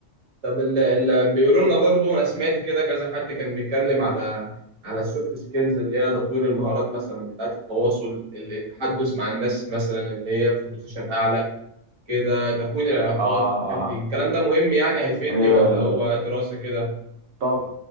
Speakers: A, on the right; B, on the right.
A: طب ال- ال- بيقولوا لنا برضو انا سمعت كده كذا حد كان بيتكلم على على السوفت سكيلز اللي هي تطوير المهارات مثلا بتاعه التواصل ال- التحدث مع الناس مثلا اللي هي في بوزيشن اعلى كده تكوين العلاقات
B: اه
A: الحاجات
B: اه
A: دي الكلام ده مهم يعني هيفيدني
B: هي
A: ولا
B: ال-
A: هو دراسة كده
B: طب